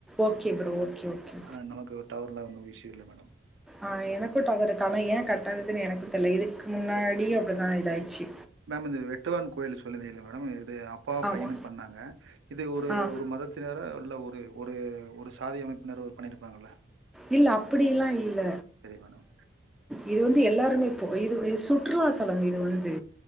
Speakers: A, in the centre; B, on the right.
A: okay bro okay okay
B: ஆ, நமக்கு டவர்ல ஒன்னும் இஸ்யு இல்ல மேடம்
A: ஆ எனக்கும் டவர் இருக்கு ஆனா ஏன் கட்ட ஆகுதுன்னு எனக்கும் தெரியல இதுக்கு முன்னாடியு
B: சரி
A: அப்டிதா இத ஆயிடுச்சு
B: மேம் இந்தது வெட்டுவான் கோயில் சொல்லந்தீ இல் மேடம் இது அப்பா
A: ஆமா
B: பையனும் பண்ணாங்க இது ஒரு
A: ஆ
B: ஒரு மதத் தினரா இல்ல ஒரு ஒரு ஒரு சாதி அமைப்பினர பண்ணியிருப்பாங்கள
A: இல்ல அப்டியெல்லா இல்ல
B: மேடம்.
A: இது வந்து எல்லாருமே போக இது சுற்றுலாத்தலம் இது வந்து